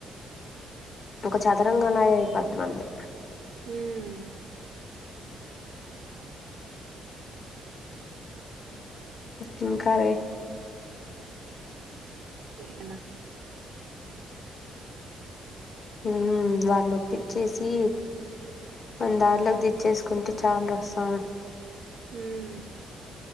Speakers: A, on the left; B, on the right.
A: ఒక చదరంగం గయి అయిపోద్ది మంది
B: హ్మ్
A: ఏం కర్రీ
B: వే న్న
A: హ్మ్ వాళ్ళ నొప్పిచ్చేసి మన దారిలోకి తెచ్ చేసుకుంటే చాలల్ రసామె
B: హ్మ్